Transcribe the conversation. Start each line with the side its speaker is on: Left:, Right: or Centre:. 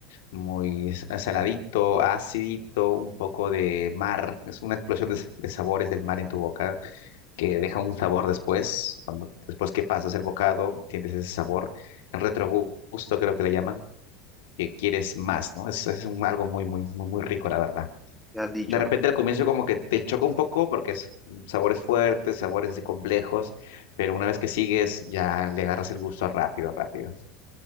Left: muy s- saladito, acidito, un poco de mar. Es una explosión de, s- de sabores del mar en tu boca que deja un sabor después. Cuando, después que pasas el bocado, tienes ese sabor, el retrogusto creo que le llaman, que quieres más, ¿no? Es, es un- algo muy, muy, muy, muy rico, la verdad.
Centre: Me han dicho,
Left: De repente al comienzo como que te choca un poco porque es mm, sabores fuertes, sabores así complejos, pero una vez que sigues ya le agarras el gusto rápido, rápido.